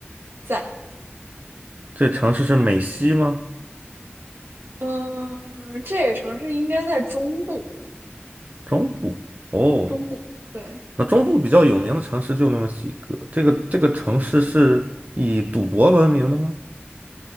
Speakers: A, on the right; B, on the right.
A: 在，
B: 这城市是美西吗？
A: 嗯，这个城市应该在中部，
B: 中部。哦，
A: 中部，对。
B: 那中部比较有名的城市就那么几个。这个这个城市是以赌博闻名的吗？